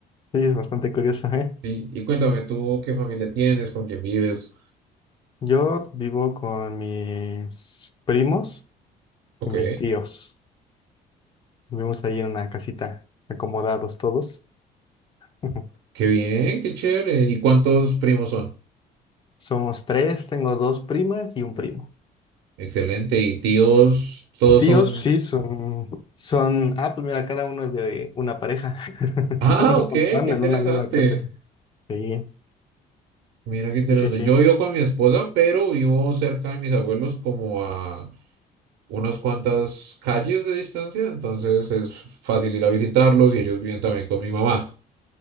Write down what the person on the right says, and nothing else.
Sí, y cuéntame tú qué familia tienes, con quién vives.
Ok,
qué bien, qué chévere. ¿Y cuántos primos son?
Excelente. Y tíos, todos
son.
Ah,
ok,
qué interesante.
Mira qué interesante.
Yo vivo con mi esposa, pero vivo cerca de mis abuelos, como a unas cuantas calles de distancia. Entonces es fácil ir a visitarlos y ellos viven también con mi mamá.